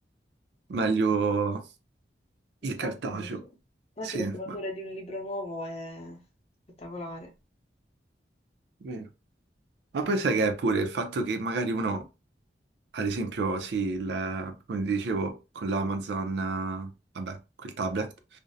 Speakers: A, on the right; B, on the left.
A: meglio il
B: Il cartaceo.
A: cartaceo.
B: Anche
A: Sì,
B: perché l'odore
A: ma,
B: di un libro nuovo è spettacolare.
A: vero. Ma
B: Mhm.
A: poi sai che è pure il fatto che magari uno, ad esempio, sì, il- come ti dicevo, con l'Amazon, eh, vabbè, quel tablet,